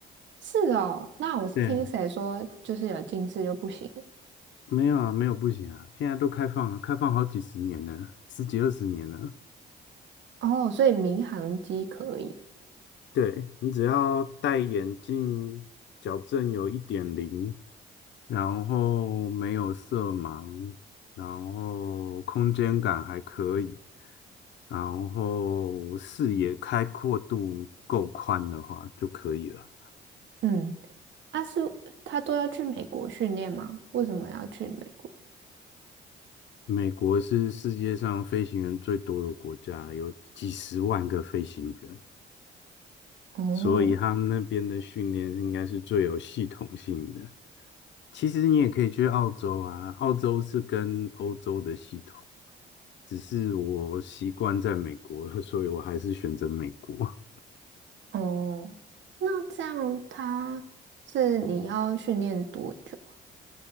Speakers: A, on the right; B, on the left.
A: 是哦，那我是听谁说，
B: 对啊
A: 就是有近视就不行
B: 没有啊，没有不行啊，现在都开放了，开放好几十年了，十几二十年了。
A: 哦，所以民航机可以。
B: 对，你只要戴眼镜，矫正有一点零，然后没有色盲，然后空间感还可以，然后视野开阔度够宽的话就可以了。
A: 嗯，啊是，他都要去美国训练吗？为什么要去美国？
B: 美国是世界上飞行员最多的国家，有几十万个飞行员。
A: 哦
B: 所以他们那边的训练应该是最有系统性的。其实你也可以去澳洲啊，澳洲是跟欧洲的系统，只是我习惯在美国了，所以我还是选择美国。
A: 哦，那这样他是你要训练多久啊？